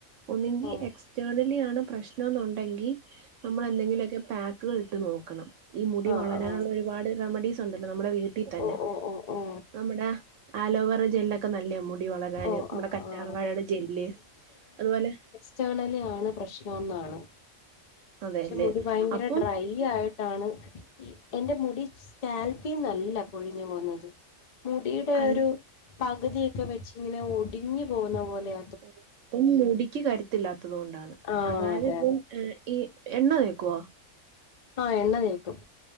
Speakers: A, on the right (about 70°); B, on the left (about 55°).
A: ഒന്നെങ്കി
B: ആഹ്
A: എക്സ്റ്റേർണലി ആണ് പ്രശ്നം എന്നുണ്ടെങ്കി നമ്മളെന്തെങ്കിലൊക്കെ പാക്ക് കൾ ഇട്ട് നോക്കണം ഈ മുടി
B: ആഹ്
A: വളരാനുള്ള
B: ആഹ് ആഹ്
A: ഒരുപാട് റെമഡീസ് ട്ടൊണ്ടല്ലോ നമ്മടെ വീട്ടിത്തന്നെ
B: ഓ ഓ ഓ ഓ
A: നമ്മടെ അലോവേര ജെല്ലൊക്കെ ഒക്കെ നല്ലയാ മുടി വളരാന്
B: ഓ
A: മ്മടെ
B: ആഹ്
A: കറ്റാർവാഴേടെ
B: ആഹ്
A: ജെല്ല് അതുപോലെ
B: എക്സ്റ്റെർണലി ആണ് പ്രശ്നംന്നാണ്
A: അതെല്ലേ
B: പക്ഷെ മുടി ഭയങ്കര
A: അപ്പം
B: ഡ്രൈ യ്യായിട്ടാണ് ഈ എന്റെ മുടി സ്കാൽപ്പീന്നല്ല പൊഴിഞ്ഞു പോവുന്നത് മുടീടെ
A: അൽ
B: ഒരു പകുതിയൊക്കെ വെച്ചിങ്ങനെ ഒടിഞ്ഞു പോകുന്ന പോലെയ
A: ഓഹ് അപ്പം മുടിക്ക് കരുത്തില്ലാത്തത് കൊണ്ടാണ്
B: ആഹ്
A: അതായത്
B: അതെ
A: ഇപ്പം
B: അതെ
A: ഉം ഈ എണ്ണ തേക്കുവോ
B: ആഹ് എണ്ണ തേക്കും